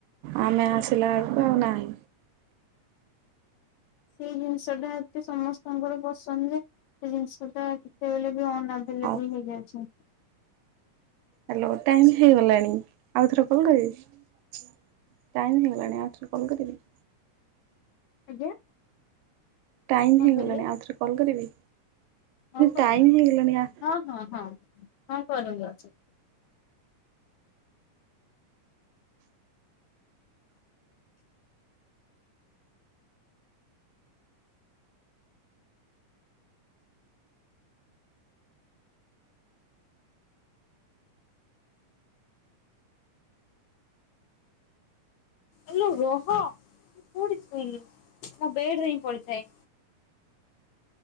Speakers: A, on the right; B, on the left.
A: ଆମେ ଆସିଲା ଆଳକୁ ଆଉ ନାହିଁ।
B: ସେଇ ଜିନିଷ ଟା ଏତେ ସମସ୍ତଙ୍କର ପସନ୍ଦ ଯେ ସେ ଜିନିଷ ତା କେତେବେଳେ ବି ଅନଆଭେଲେବୁଲ
A: ଆଉ
B: ହେଇଯାଉଛି।
A: ହ୍ୟାଲୋ ଟାଇମ ହେଇଗଲାଣି। ଆଉଥରେ କଲ୍ କରି ଟାଇମ୍ ହେଇଗଲାଣି ଆଉଥରେ କଲ୍ କରିବି।
B: ଆଜ୍ଞା।
A: ଟାଇମ
B: କଣ
A: ହେଇଗଲାଣି
B: କହିଲେ?
A: ଆଉ ଥରେ କଲ୍ କରିବି?
B: ହଁ <inaudible>
A: ଟାଇମ୍ ହେଇଗଲାଣି ଆ
B: ହଁ ହଁ ହଁ ହଁ କରନ୍ତୁ ଥରେ। ଆଲୋ ରହ ମୁଁ କୋଉଁଠି ଥୋଇଲି ମୋ ବେଡରେ ହିଁ ପଡ଼ିଥାଏ।